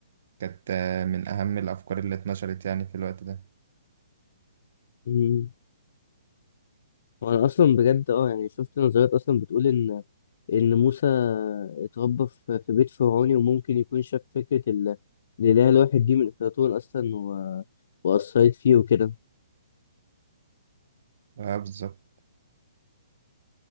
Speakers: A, on the right; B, on the left.
A: كانت آه، من أهم الأفكار اللي اتنشرت يعني في الوقت ده
B: مم. وانا اصلا بجد اه يعني شفت نظريات اصلا بتقول ان ان موسى اتربى في في بيت فرعوني وممكن يكون شاف فكرة ال- الاله الواحد دي من افلاطون اصلا و... واثرت فيه وكده
A: اه بالظبط